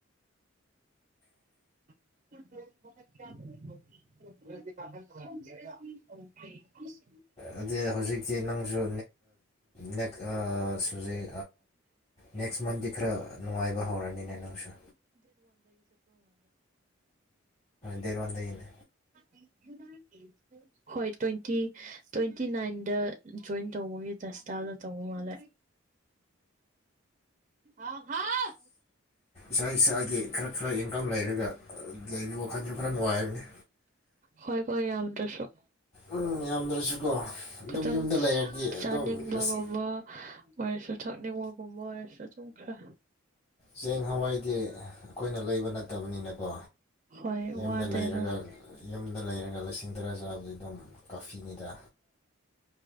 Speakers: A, on the right; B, on the left.
A: <unintelligible>
B: ꯑꯗꯨ ꯍꯧꯖꯤꯛꯇꯤ ꯅꯪꯁꯨ ꯅ ꯁꯨꯖꯤꯛ ꯅꯦꯛꯁ ꯃꯟꯗꯤ ꯈꯔ ꯅꯨꯡꯉꯥꯏꯕ ꯍꯧꯔꯅꯤꯅꯦ ꯅꯪꯁꯨ ꯗꯦꯠ ꯋꯥꯟꯗꯒꯤꯅꯦ
A: ꯥꯏꯄꯣ ꯍꯣꯏ ꯇ꯭ꯋꯦꯟꯇꯤ ꯇ꯭ꯋꯦꯟꯇꯤ ꯅꯥꯏꯟꯗ ꯖꯣꯏꯟ ꯇꯧꯕꯒꯤ ꯇꯁꯇꯥꯏꯜꯗ ꯇꯧꯕ ꯃꯥꯜꯂꯦ ꯑꯥꯎ ꯍꯥꯥꯎ
B: ꯁꯥꯏꯁꯥꯏ ꯒꯤ ꯈꯔ ꯈꯔ ꯏꯪꯀꯝ ꯂꯩꯔꯒ ꯂꯩꯕ ꯋꯥꯈꯜꯁꯨ ꯈ ꯅꯣꯉꯥꯥꯏꯕꯅꯤ
A: ꯍꯣꯏ ꯀꯣꯏ ꯌꯥꯝꯗꯁꯨꯣ
B: ꯎꯝ ꯌꯥꯝꯗ꯭ꯔꯁꯨꯀꯣ ꯑꯗꯨꯝ
A: ꯈꯤꯇꯪ
B: ꯌꯨꯝꯗ ꯂꯩꯔꯗꯤ
A: ꯆꯥꯅꯤꯡꯕꯒꯨꯝꯕ
B: ꯑꯗꯨꯝ ꯑꯁ
A: ꯑꯣꯏꯔꯁꯨ ꯊꯛꯅꯤꯡꯕꯒꯨꯝꯕ ꯑꯣꯏꯔꯁꯨ ꯑꯗꯨꯝ ꯈꯔ
B: ꯆꯦꯡ ꯍꯋꯥꯏꯗꯤ ꯑꯩꯈꯣꯏꯅ ꯂꯩꯕ ꯅꯠꯇꯕꯅꯤꯅꯀꯣ
A: ꯍꯣꯏ
B: ꯌꯨꯝꯗ
A: ꯋꯥꯗꯦꯅ
B: ꯂꯩꯔꯒ ꯌꯨꯝꯗ ꯂꯩꯔꯒ ꯂꯤꯁꯤꯡ ꯇꯔꯥ ꯆꯥꯕꯗꯤ ꯑꯗꯨꯝ ꯀꯥꯐꯤꯅꯤꯗ